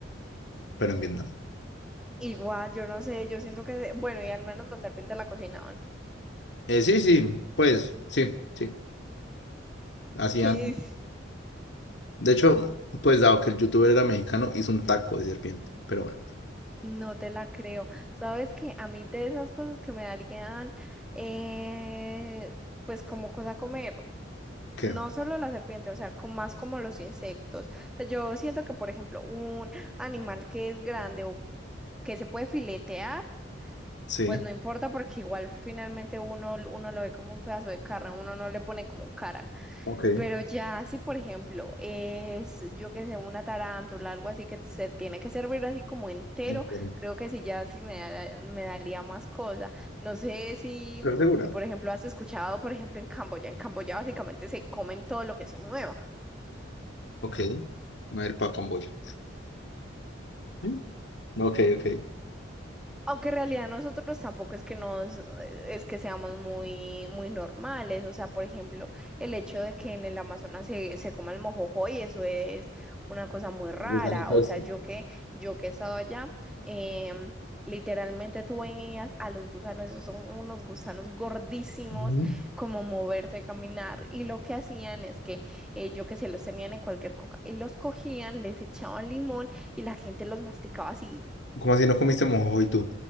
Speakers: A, on the left; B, in the centre.
A: pero en Vietnam.
B: Igual, yo no sé, yo siento que, bueno, y al menos la serpiente la cocinaban.
A: Eh, sí, sí, pues sí, sí. Hacían.
B: <laughs>
A: De hecho, pues dado que el youtuber era mexicano, hizo un taco de serpiente. Pero bueno,
B: No te la creo. Sabes que a mí de esas cosas que me darían, eh, pues como cosa comer,
A: que
B: no solo la serpiente, o sea, con más como los insectos. O sea, yo siento que, por ejemplo, un animal que es grande o que se puede filetear,
A: sí.
B: pues no importa porque igual finalmente uno, uno lo ve como un pedazo de carne, uno no le pone como cara.
A: Ok.
B: Pero ya si, por ejemplo, es, yo que sé, una tarántula, algo así que se tiene que servir así como entero,
A: Entiendo.
B: creo que sí, ya sí me, da- me daría más cosa. No sé si,
A: Pero segura.
B: si, por ejemplo, has escuchado, por ejemplo, en Camboya, en Camboya básicamente se comen todo lo que se mueva.
A: Ok. No ir para Camboya. ¿Mm? Ok, ok.
B: Aunque en realidad nosotros tampoco es que nos, es que seamos muy, muy normales. O sea, por ejemplo, el hecho de que en el Amazonas se, se coma el mojojoy, eso es una cosa muy rara.
A: Gusanito
B: O
A: ese.
B: sea, yo que, yo que he estado allá, em, literalmente tú veías a los gusanos, esos son unos gusanos gordísimos,
A: Ujú.
B: como moverse, caminar. Y lo que hacían es que eh, yo que se los tenían en cualquier coca, y los cogían, les echaban limón y la gente los masticaba así
A: ¿Cómo así no comiste mojo y tú?